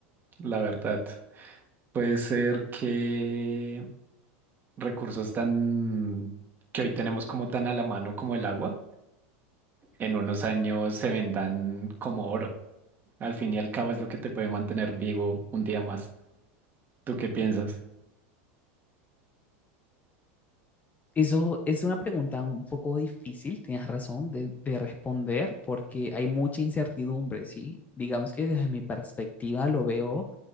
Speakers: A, on the right (about 30°); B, on the left (about 20°).
A: la verdad. Puede ser que recursos tan que hoy tenemos como tan a la mano como el agua, en unos años se vendan como oro. Al fin y al cabo es lo que te puede mantener vivo un día más. ¿Tú qué piensas?
B: Eso es una pregunta un poco difícil, tienes razón, de, de responder porque hay mucha incertidumbre, ¿sí? Digamos que desde mi perspectiva lo veo